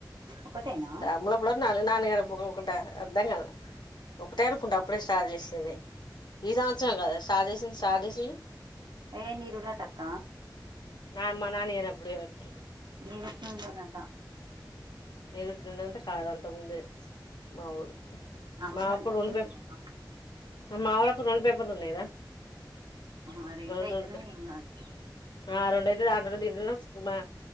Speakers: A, on the right; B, on the left.
A: ఒకటేనా
B: అమ్ములు అప్పుడు నాలుగునాలుగు అని ఎప్పుడు ఉకుంటా అర్థం కాలే ఒకటే అనుకుంటే అప్పుడే స్టార్ట్ చేసింది ఈ సంవత్సరం కాదా స్టార్ట్ చేసింది స్టార్ట్ చేసింది
A: ఏ నీరుడంట అక్క
B: హ మా నాని లేనపుడు ఏమోదు
A: ఇరుస్తుండె నట
B: ఇది ఇంత ఉందంటే కాదు అంతకు ముందే మావో
A: అమ్ములు
B: మా అప్పుడు
A: అంతకు
B: రెండు
A: ముందే
B: పేపర్
A: కదా
B: మావోల్లపుడు రెండు పేపర్లు ఉన్నాయిరా
A: ఆ రెండయితునే
B: రెండు రెండు
A: ఎం కాదు
B: ఆ రెండు దాంట్లో దింలో మా